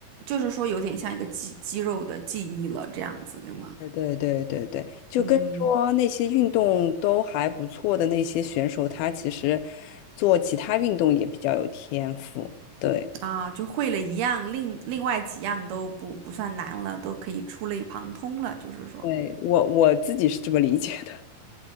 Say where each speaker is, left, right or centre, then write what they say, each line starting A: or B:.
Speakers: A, on the right (about 80°); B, on the left (about 80°).
A: 就是说有点像一个肌肌肉的记忆了，这样子，对吗？
B: 对对对对对，就跟说那些运动都还不错的那些选手，
A: 嗯
B: 他其实做其他运动也比较有天赋。对，
A: 啊，就会了一样，另另外几样都不不算难了，都可以触类旁通了，就是说，
B: 对，我我自己是这么理解的。